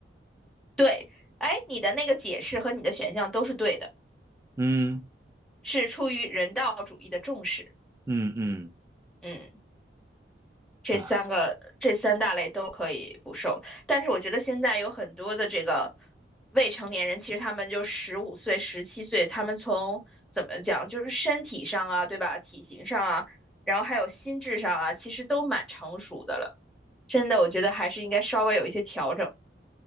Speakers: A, in the centre; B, on the right.
A: 对，哎，你的那个解释和你的选项都是对的，
B: 嗯
A: 是出于人道主义的重视。
B: 嗯嗯，
A: 嗯，这三个这三大类都可以不受，
B: 啊。
A: 但是我觉得现在有很多的这个未成年人，其实他们就十五岁、十七岁，他们从怎么讲，就是身体上啊，对吧？体型上啊，然后还有心智上啊，其实都蛮成熟的了。真的，我觉得还是应该稍微有一些调整。